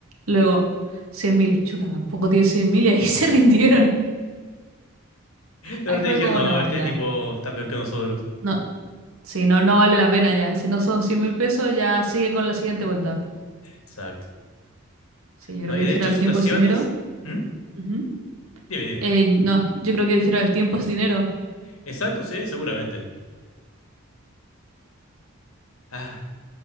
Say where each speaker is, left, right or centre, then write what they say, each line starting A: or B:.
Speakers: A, on the right; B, on the left.
A: Luego, 100 mil, chuta, tampoco tiene 100 mil y ahí <laughs> se rindieron.
B: Pero
A: Ahí
B: te
A: fue
B: dijeron,
A: como,
B: no,
A: no,
B: este
A: ya,
B: tipo está peor que nosotros.
A: no, sí, no, no vale la pena ya. Si no son 100 mil pesos, ya sigue con la siguiente cuenta.
B: Exacto.
A: Sí, yo
B: No,
A: creo
B: y
A: que dijeron
B: de hecho,
A: el
B: situaciones...
A: tiempo es dinero.
B: ¿Mm?
A: Ujú.
B: Dime, dime.
A: Eh, no, yo creo que dijeron el tiempo es dinero.
B: Exacto, sí, seguramente. Ah,